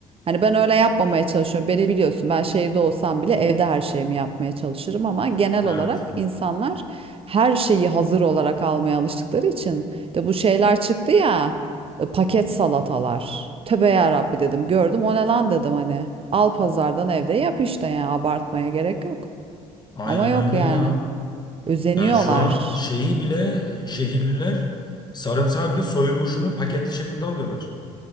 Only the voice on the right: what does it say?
Hani ben öyle yapmamaya çalışıyorum. Beni biliyorsun ben şehirde olsam bile evde her şeyimi yapmaya çalışırım ama genel
olarak insanlar her şeyi hazır olarak almaya alıştıkları için de bu şeyler çıktı ya e, paket salatalar. Tövbe yarabbi dedim gördüm o ne lan dedim hani. Al pazardan evde yap işte yani abartmaya gerek yok.
Ama yok
yani
özeniyorlar.